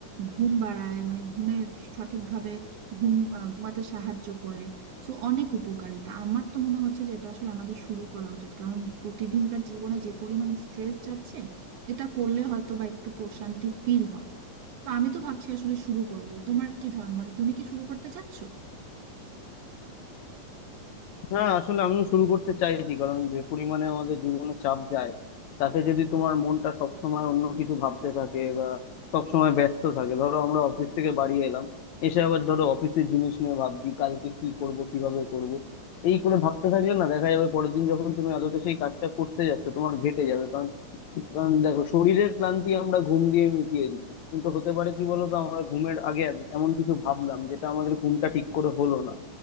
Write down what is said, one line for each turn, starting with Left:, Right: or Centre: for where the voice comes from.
Right: ঘুম বাড়ায় মানে ঘুমের সঠিকভাবে ঘুম আহ, ঘুমাতে সাহায্য করে সো অনেক উপকারিতা আমার তো মনে হচ্ছে যে এটা আসলে আমাদের শুরু করা উচিত কারণ প্রতিদিনকার জীবনে যে পরিমাণ স্ট্রেস যাচ্ছে এটা করলে হয়তো বা একটু প্রশান্তি ফিল হবে তো আমি তো ভাবছি আসলে শুরু করব তোমার কি ধারণা মানে তুমি কি শুরু করতে চাচ্ছ
Left: হ্যাঁ আসলে আমিও শুরু করতে চাইছি কারণ যে পরিমাণে আমাদের জীবনে চাপ যায় তাতে যদি তোমার মনটা সব সময় অন্য কিছু ভাবতে থাকে বা সব সময় ব্যস্ত থাকে ধরো আমরা অফিস থেকে বাড়ি এলাম এসে আবার ধরো অফিসের জিনিস নিয়ে ভাবছি কালকে কি করব কিভাবে করব এই করে ভাবতে থাকলে না দেখা যাবে পরের দিন যখন তুমি আদতে সেই কাজটা করতে যাচ্ছ তোমার ঘেটে যাবে কারণ কারণ দেখো শরীরের ক্লান্তি আমরা ঘুম দিয়ে মিটিয়ে দিই কিন্তু হতে পারে কি বলতো আমরা ঘুমের আগে এমন কিছু ভাবলাম যেটা আমাদের ঘুমটা ঠিক করে হলো না